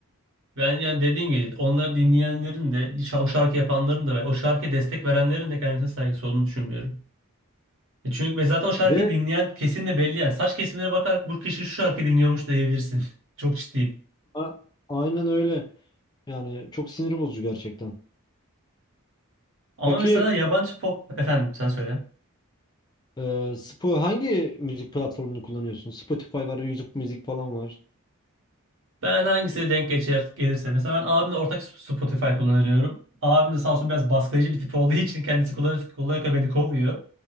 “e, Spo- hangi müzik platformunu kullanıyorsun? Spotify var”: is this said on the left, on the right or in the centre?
Left